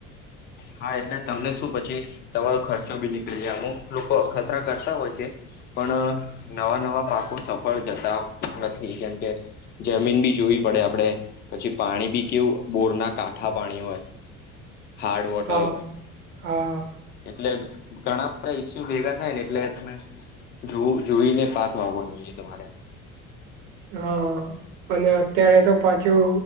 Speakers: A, on the left; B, on the right.
A: હા એટલે તમને શું પછી તમારો ખર્ચો બી નીકળી જાય અમુક લોકો અખતરા કરતા હોય છે. પણ નવા નવા પાકો સફળ જતા નથી કેમકે જમીન બી જોવી પડે આપડે પછી પાણી બી કેવું બોરના કાઠા પાણી હોય. હાર્ડ વોટર
B: હા
A: હોય.
B: હા
A: એટલે ઘણા બધા ઈસ્યુ ભેગા થાય ને એટલે તમે જોવું જોઈને પાક વાવવાો જોઈએ તમારે
B: હા. અને અત્યારે તો પાછું